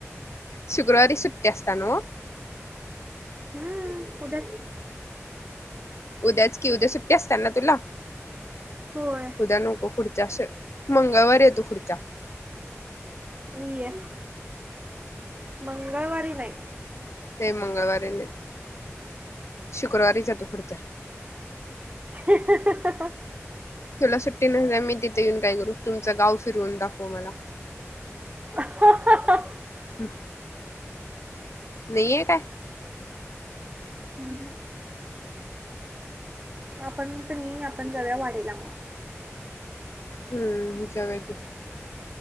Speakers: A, on the left; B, on the right.
A: शुक्रवारी सुट्टी असत्या नव्ह
B: हम् उद्याच
A: उद्याच की उद्या सुट्टी असत्या ना तुला
B: होय
A: उद्या नको पुढच्या श मंगळवारी येतो पुढच्या
B: ये मंगळवारी नाही
A: ये मंगळवारी नई शुक्रवारीच येतो पुढच्या
B: ह्ह ह्ह ह्ह ह्ह हं.
A: तुला सुट्टी नाही ना, मी तिथे येऊन काय करू? तुमचं गाव फिरवून दाखव मला.
B: ह्ह ह्ह ह्ह.
A: <inaudible> वेळी हाय का?
B: हं हं. आपण तं नई, आपण तर जाऊया वाडीला.
A: हम्म, जाऊया कि.